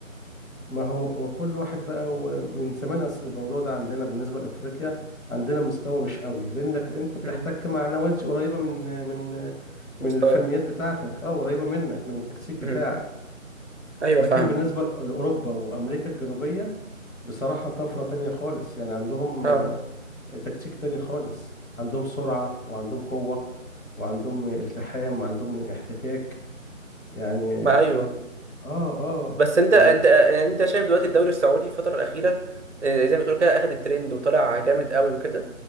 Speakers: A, on the left; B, on the right.
A: ما هو هو كل واحد بقى هو من زمان اصل الموضوع ده عندنا بالنسبة لأفريقيا عندنا مستوى مش قوي لأنك انت بتحتك
B: مم.
A: مع نوادي قريبة من من
B: مستواك
A: من الفنيات بتاعتك اه قريبة منك من التكتيك بتاعك
B: مم. ايوه
A: لكن
B: فاهمك
A: بالنسبة لأوروبا وأمريكا الجنوبية بصراحة طفرة تانية خالص يعني عندهم
B: اه
A: آه، تكتيك تاني خالص عندهم سرعة وعندهم قوة وعندهم التحام وعندهم احتكاك يعني
B: ما ايوه
A: اه اه
B: بس انت
A: يعني
B: انت يعني انت شايف دلوقتي الدوري السعودي الفتره الاخيره آه، زي ما تقول كده اخد الترند وطلع جامد قوي وكده